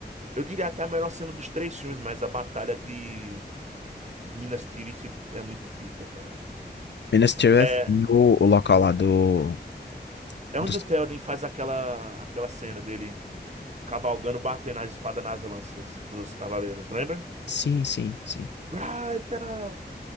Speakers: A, on the right; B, on the left.
A: Eu diria até a melhor cena dos três filmes, mas a batalha de Minas Tirith é muito pica, cara.
B: Minas Tirith
A: É,
B: e o, o local lá do,
A: é onde
B: do.
A: o Théoden faz aquela, aquela cena dele cavalgando, batendo a espada nas lanças dos cavaleiros, lembra?
B: Sim, sim, sim.
A: Right now!